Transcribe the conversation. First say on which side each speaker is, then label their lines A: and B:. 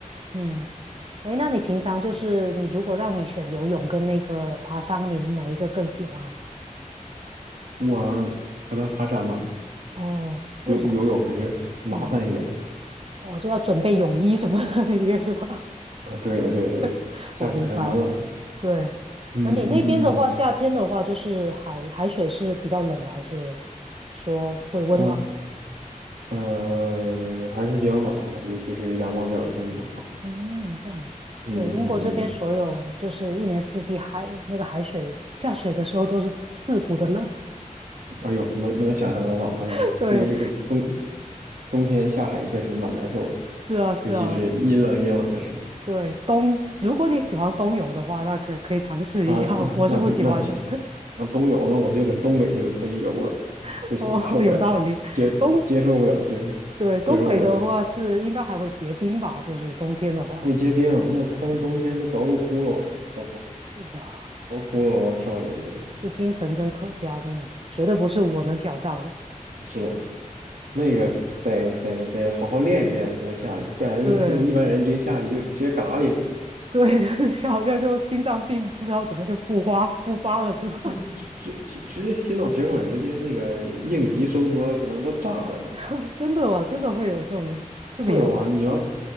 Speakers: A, on the right (about 45°); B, on the right (about 80°).
A: 嗯，哎，那你平常就是你如果让你选游泳跟那个爬山，你哪一个更喜欢？
B: 我可能爬山嘛，
A: 哦，为啥？
B: 游游泳还是麻烦一点儿
A: 嗯，我就要准备泳衣什么的那些是吧？
B: 啊。对对对，
A: <laughs>
B: 下水还蛮冷的。
A: 我明白。对，
B: 嗯嗯嗯
A: 而你那边的话，夏天的话，就是海海水是比较冷的，还是说会温暖的？
B: 嗯啊呃，还是比较暖和的，尤其是阳光比较充足的话。
A: 嗯，这样子。
B: 嗯嗯
A: 对，英国这边所有就是一年四季海那个海水下水的时候都是刺骨的冷。
B: 嗯，哎呦，能能想象得到，哎呀，
A: <laughs> 对，
B: 这个这个冬冬天下海确实蛮难受的，
A: 是啊，是啊，
B: 尤其是阴冷阴冷的时候。
A: 对，冬，如果你喜欢冬泳的话，那可可以尝试一下，
B: 啊，那那不那不行
A: 我是不喜欢的。
B: 啊，冬泳呢，我就在东北就可以游了，
A: <laughs>
B: 不行，
A: 哦，
B: 受不了，
A: 有道理，
B: 接接受不了，
A: 冬。
B: 接受
A: 对，东北的话是应该还会结冰吧，
B: 接受不了，
A: 就是冬天的话，
B: 会结冰，那他们冬天都凿个窟窿，凿
A: 哇，
B: 个窟窿然后跳里面游去，
A: 这精神真可嘉，真的绝对不是我能挑战的。
B: 是的，那个得得得好好练一练才能下去，不然要一般人直接下去就直接嘎里面了，
A: 对对，<laughs> 就是好像就心脏病不知道怎么就复发复发了是吧？
B: 对，直直直直接洗脑血管，直接那个应急收缩可能都炸了就。
A: <laughs> 真的哇，真的会有这种这么严重？
B: 会有啊，你要，